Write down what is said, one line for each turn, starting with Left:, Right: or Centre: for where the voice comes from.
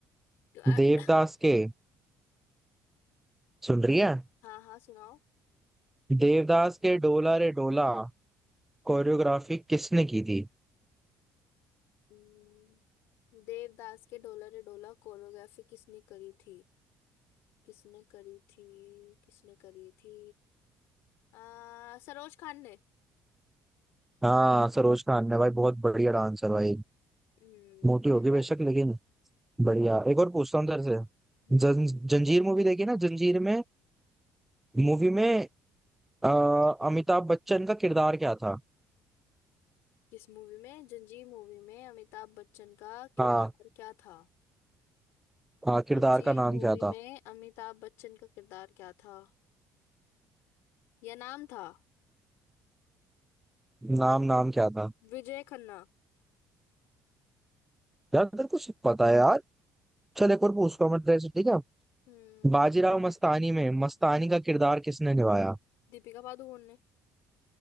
Left: तो आ-
Centre: देवदास के सुन रही है
Left: <coughs> हाँ हाँ सुनाओ
Centre: देवदास के डोला रे डोला कोरियोग्राफी किसने की थी
Left: हम्म, देवदास के ढोला रे ढोला कोरियोग्राफी किसने करी थी किसने करी थी किसने करी थी आ, सरोज खान ने
Centre: हाँ सरोज खान ने भाई बहुत बढ़िया डांसर भाई
Left: हम्म
Centre: मोटी
Left: सही
Centre: होगी बेशक
Left: बात है
Centre: लेकिन बढ़िया एक और पूछता हूँ तेरे से
Left: हम्म
Centre: जं, जंजीर मूवी देखी ना जंजीर में मूवी में अ, अमिताभ बच्चन का किरदार क्या था
Left: किस मूवी में जंजीर मूवी में अमिताभ बच्चन का किरदार
Centre: हाँ
Left: क्या था
Centre: हाँ
Left: जंजीर
Centre: किरदार का नाम
Left: मूवी
Centre: क्या था
Left: में अमिताभ बच्चन का किरदार क्या था या नाम था
Centre: नाम नाम क्या था
Left: विजय खन्ना
Centre: यार तेरे को सब पता है यार चल एक और पूछता हूँ मैं तेरे से ठीक है
Left: हम्म
Centre: बाजीराव मस्तानी में मस्तानी का किरदार किसने निभाया
Left: दीपिका पादुकोण ने